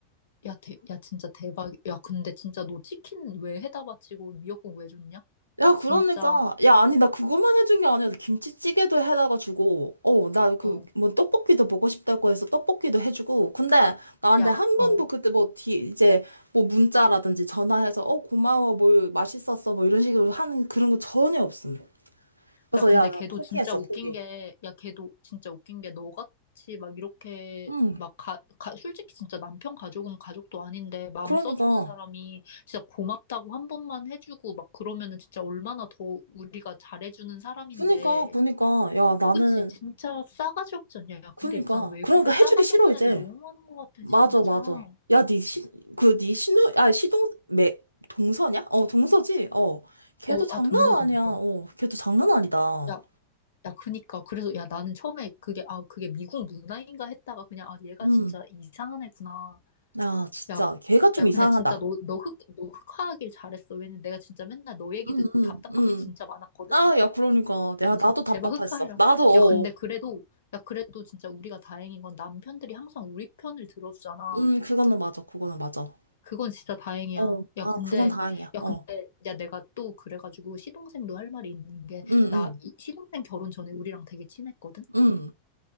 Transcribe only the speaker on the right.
야,
그러니까. 야, 아니, 나 그것만 해준 게 아니야. 김치찌개도 해다가 주고, 어, 나 그,
뭐, 떡볶이도 먹고 싶다고 해서 떡볶이도 해주고. 근데 나한테
한 번도
그때 뭐, 뒤, 이제, 뭐, 문자라든지 전화해서, 어, 고마워, 뭐, 맛있었어, 뭐, 이런 식으로 하는 그런 거 전혀 없음. 그래서
야, 나
포기했어,
포기.
응,
그러니까.
그니까, 그니까. 야, 나는,
그니까.
그러니까
해주기 싫어,
이제.
맞아,
맞아.
야, 니 시, 그, 니 신우, 아, 시동, 매, 동서냐? 어, 동서지? 어. 걔도
장난
아니야. 어, 걔도 장난 아니다.
음.
야, 진짜.
걔가 좀
이상하다.
음,
음,
음.
아, 야, 그러니까. 야,
나도
답답했어.
나도,
어.
음, 그거는 맞아. 그거는 맞아.
어.
아,
그건 다행이야.
어.
음, 음,
음.